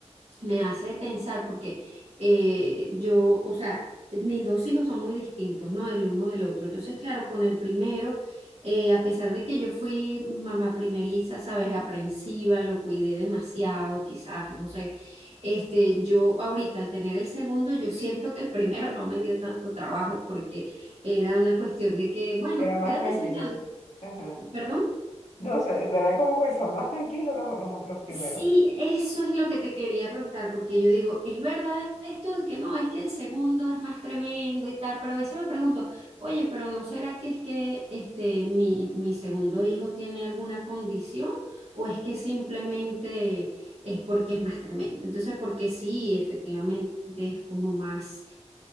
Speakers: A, on the right (about 65°); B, on the left (about 80°).
A: me hace pensar porque eh, yo, o sea, mis dos hijos son muy distintos, ¿no? El uno del otro. Entonces, claro, con el primero, eh, a pesar de que yo fui mamá primeriza, sabes, aprensiva, lo cuidé demasiado, quizás, no sé. Este, yo ahorita al tener el segundo, yo siento que el primero no me dio tanto trabajo porque era una cuestión de que, bueno,
B: era más
A: quédate
B: tranquila.
A: sentado,
B: Ajá.
A: perdón.
B: No sé, es verdad como que son más tranquilos los, los, los primeros.
A: Sí, eso es lo que te quería preguntar, porque yo digo, ¿es verdad esto de que no, es que el segundo es más tremendo y tal? Pero a veces me pregunto, oye, pero ¿no será que es que este, mi, mi segundo hijo tiene alguna condición o es que simplemente es porque es más tremendo? Entonces, porque sí, efectivamente es como más,